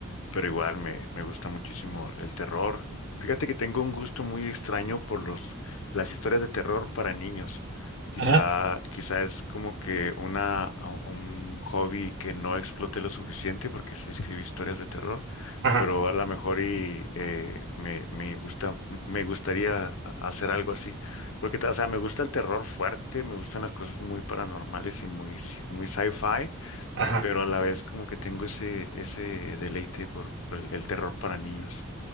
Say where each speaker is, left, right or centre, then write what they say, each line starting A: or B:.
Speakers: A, on the left; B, on the right.
A: pero igual me, me gusta muchísimo el terror. Fíjate que tengo un gusto muy extraño por los, las historias de terror para niños. Quizá,
B: Ajá,
A: quizá es como que una, un hobby que no exploté lo suficiente porque sí escribí historias de terror,
B: ajá,
A: pero a lo mejor y eh, me, me gusta, me gustaría a- hacer algo así. Porque, o sea, me gusta el terror fuerte, me gustan las cosas muy paranormales y muy, muy sci-fi
B: ajá.
A: pero a la vez como que tengo ese, ese deleite por, por el, el terror para niños.